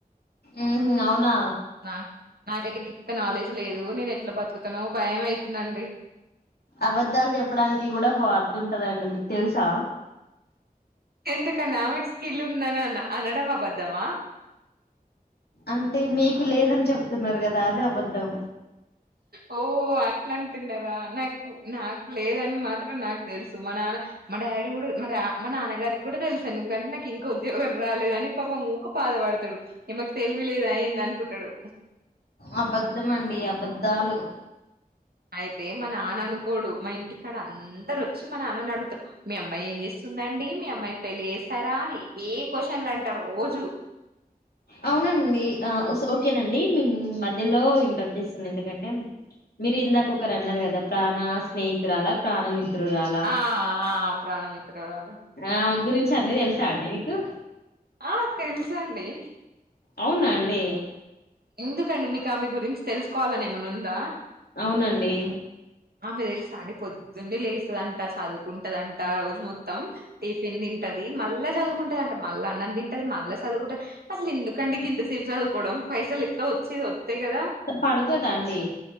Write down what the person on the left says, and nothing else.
ఉహు అవునా
అబద్ధాలు చెప్పడానికి కూడా ఒక హాద్దు ఉంటది అండి మీకు తెలుసా
అంటే మీకు లేదని చెప్తున్నారు కద అది అబద్ధం
అబద్ధం అండి అబద్ధాలు
అవునండి ఓకేనండి మేము మధ్యలో ఇంటర్ప్ట్ చేస్తుం ఎందుకంటే మీరు ఇందాక ఒకరు అన్నారు కద ప్రాణ స్నేహితురాల ప్రాణ మి త్రురాల
ఆమ గురించి అన్ని తెలుసా అండి మీకు
అవున అండి
అవునండి
పడుకోదా అండి